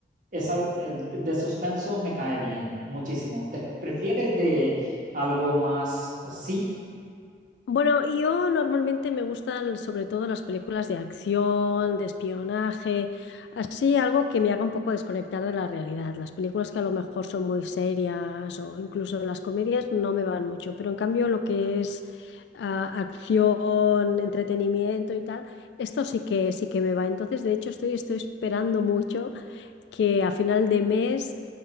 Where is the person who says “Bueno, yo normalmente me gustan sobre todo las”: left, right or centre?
Left